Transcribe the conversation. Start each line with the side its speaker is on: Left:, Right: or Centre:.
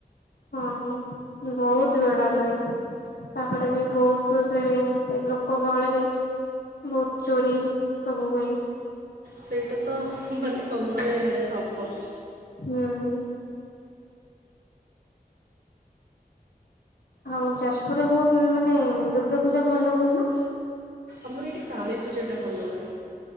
Left: ହଁ ବହୁତ ଭେଡା ରୁହେ। ତାପରେ ବି ବହୁତ ସେ ଲୋକ ଗହଳିରେ ବହୁତ ଚୋରି ସବୁ ହୁଏ।
Right: ସେଇଟା ତ ମାନେ କମ୍ ମାନେ ହବ।
Left: ହୁଁ ହଉ ଯାଜପୁରରେ ବହୁତ ମାନେ ଦୁର୍ଗାପୂଜା ଭଲ ହୁଏ ନା।
Right: ଆମର ଏଇଠି କାଳୀ ପୂଜାଟା ଭଲ ହୁଏ।